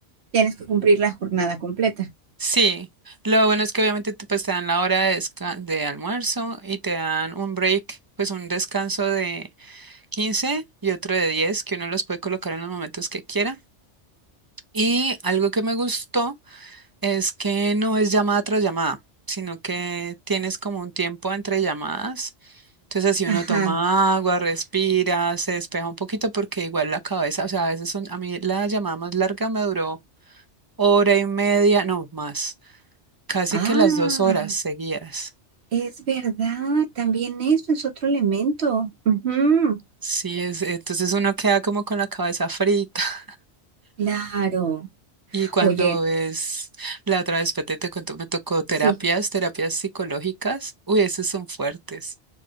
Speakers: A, on the right; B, on the right.
A: Tienes que cumplir la jornada completa.
B: Sí, lo bueno es que obviamente te, pues, te dan la hora de, desca- de almuerzo y te dan un break, pues un descanso de 15 y otro de 10 que uno los puede colocar en los momentos que quiera. Y algo que me gustó es que no es llamada tras llamada, sino que tienes como un tiempo entre llamadas. Entonces así
A: Ajá.
B: uno toma agua, respira, se despeja un poquito porque igual la cabeza, o sea, a veces son, a mí la llamada más larga me duró hora y media, no más casi
A: Ah,
B: que las dos horas seguidas.
A: Es verdad, también eso es otro elemento. Ujú,
B: Sí, es, entonces uno queda como con la cabeza frita. <laughs>
A: claro.
B: Y cuando
A: Oye,
B: es la otra vez, Pete, te contó me tocó terapias,
A: sí.
B: terapias psicológicas. Uy, esos son fuertes,